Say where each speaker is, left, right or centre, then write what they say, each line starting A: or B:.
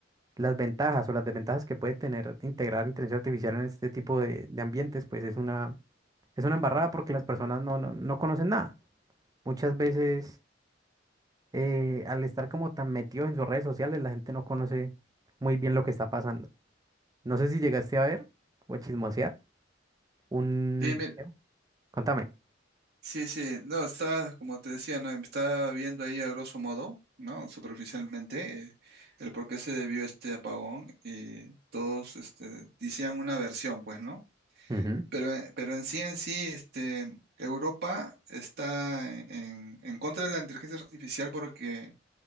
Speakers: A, on the right (about 20°); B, on the right (about 55°).
A: las ventajas o las desventajas que puede tener integrar inteligencia artificial en este tipo de, de ambientes, pues es una, es una embarrada porque las personas no, no, no conocen nada. Muchas veces, eh, al estar como tan metidos en sus redes sociales, la gente no conoce muy bien lo que está pasando. No sé si llegaste a ver o a chismosear un
B: Sí, mi-
A: video. Contame.
B: sí, sí. No, está, como te decía, ¿no? está viendo ahí a grosso modo, ¿no? Superficialmente, eh, el por qué se debió este apagón y todos este, decían una versión, pues, ¿no?
A: Ujú,
B: Pero, eh, pero en sí, en sí, este, Europa está en en contra de la inteligencia artificial porque